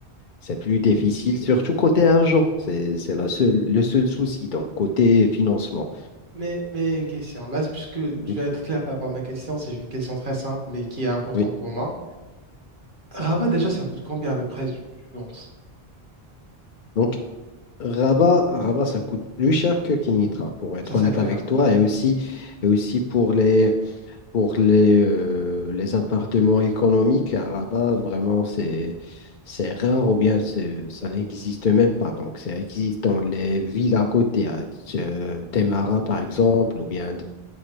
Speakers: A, on the left (about 55°); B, on the right (about 55°).
A: c'est plus difficile, surtout côté argent. C'est, c'est la seule, le seul souci, donc côté financement.
B: Mais, mais une question, là, c'est- puisque je
A: Oui,
B: vais être clair par rapport à ma question, c'est une question très simple, mais qui est importante
A: oui.
B: pour moi. Rabat, déjà, ça coûte combien à peu près, tu, tu penses?
A: Donc, Rabat, Rabat, ça coûte plus cher que Kinitra, pour être
B: Ça, c'est
A: honnête
B: clair.
A: avec toi, et aussi, et aussi pour les, pour les, euh, les appartements économiques. À Rabat, vraiment, c'est, c'est rare ou bien c'est- ça n'existe même pas. Donc, ça existe dans les villes à côté, à T- euh, Témara, par exemple, ou bien